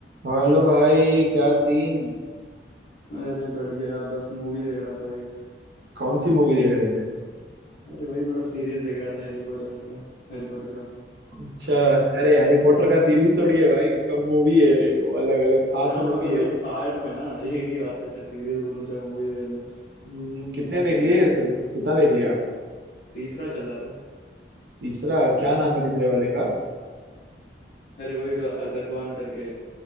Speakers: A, on the right (about 60°); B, on the left (about 65°).
A: हेलो भाई क्या सीन
B: अरे बढ़िया बस मूवी देख रहा था एक
A: कौन सी मूवी देख रहे थे
B: अरे भाई थोड़ा सीरीज देख रहा था हैरी पॉटर्स का हैरी पॉटर का
A: अच्छा अरे हैरी पॉटर का सीरीज थोड़ी है भाई उसका मूवी है अरे वो अलग अलग सात
B: हाँ
A: मूवी
B: मतलब
A: है
B: वही पार्ट में ना <laughs> एक ही बात है चाहे सीरीज बोलो चाहे मूवी देख लो
A: हम्म, कितने
B: और
A: देख
B: क्या
A: लिए फिर कितना देख लिया
B: तीसरा चल रहा था
A: तीसरा क्या नाम है तीसरे वाले का
B: अरे वही तो अजकवान करके